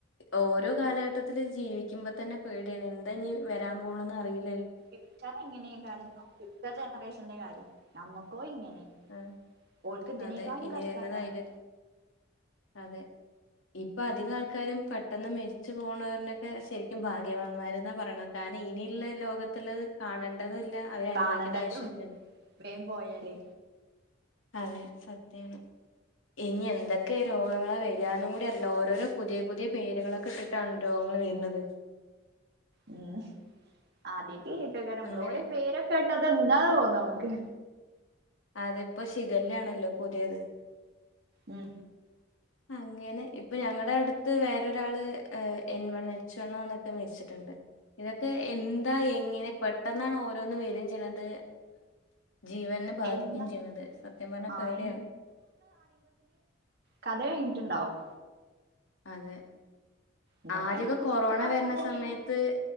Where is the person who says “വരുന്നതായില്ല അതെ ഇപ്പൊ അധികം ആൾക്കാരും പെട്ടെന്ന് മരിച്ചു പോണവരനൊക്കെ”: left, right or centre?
Left